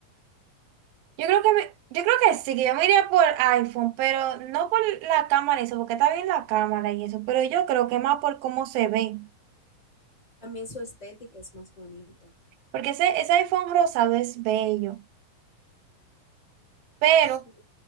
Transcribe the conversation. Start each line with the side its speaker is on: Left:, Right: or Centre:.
Right: Yo creo que me- yo creo que sí, que yo me iría por iPhone, pero no por la cámara y eso, porque está bien la cámara y eso, pero yo creo que más por cómo se ve,
Left: también su estética es más bonita.
Right: porque ese, ese iPhone rosado es bello, pero
Left: Sí.